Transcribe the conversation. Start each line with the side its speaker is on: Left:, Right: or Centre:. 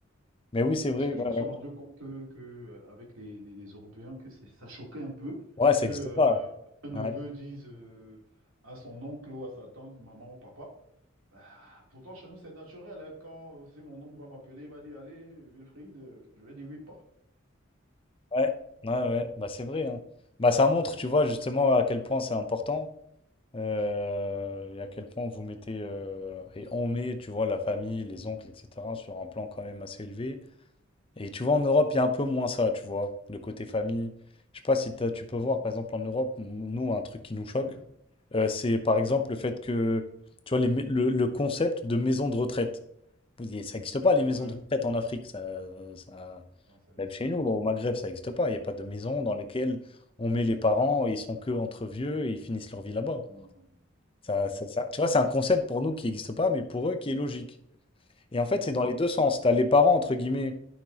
Left: Mais oui, c'est vrai,
Right: parce que je
Left: ouais,
Right: me suis
Left: ouais.
Right: rendu compte que, que, euh, avec les, les- les Européens, que c'est- ça choquait un peu
Left: Ouais, ça
Right: que euh,
Left: n'existe pas.
Right: un neveu
Left: Ouais.
Right: dise euh, à son oncle ou à sa tante, maman ou papa. Ah, pourtant, chez nous, c'est naturel. hein, quand si mon oncle va m'appeler, il va dire, Allez, Wilfried, euh, je vais dire oui, pas.
Left: Ouais, ouais, ouais, bah c'est vrai, hein. Bah ça montre, tu vois, justement à quel point c'est important, euh, et à quel point vous mettez, euh, et on met, tu vois, la famille, les oncles, etc., sur un plan quand même assez élevé. Et tu vois, en Europe, il y a un peu moins ça, tu vois, le côté famille. Je sais pas si t'as- tu peux
Right: Mhm.
Left: voir, par exemple, en Europe, m- nous, un truc qui nous choque,
Right: Oui, je...
Left: euh, c'est par exemple
Right: Mhm.
Left: le fait que, tu vois, les mai- le, le concept de maison de retraite. Vous- Ça n'existe pas, les
Right: Ouais,
Left: maisons de retraite en Afrique, ça, ça-
Right: non, ça n'existe
Left: même chez
Right: pas
Left: nous,
Right: du
Left: au
Right: tout.
Left: Maghreb, ça n'existe pas. Il n'y a pas de maison dans laquelle
Right: Mhm.
Left: on met les parents et ils sont
Right: Euh,
Left: que entre vieux et ils finissent leur vie là-bas.
Right: Non, non, non,
Left: Ça,
Right: ça
Left: ça-
Right: n'existe
Left: ça-
Right: pas.
Left: Tu vois, c'est un concept pour nous qui n'existe pas, mais pour eux qui est logique. Et en fait, c'est
Right: Mhm.
Left: dans les deux sens. Tu as les parents, entre guillemets,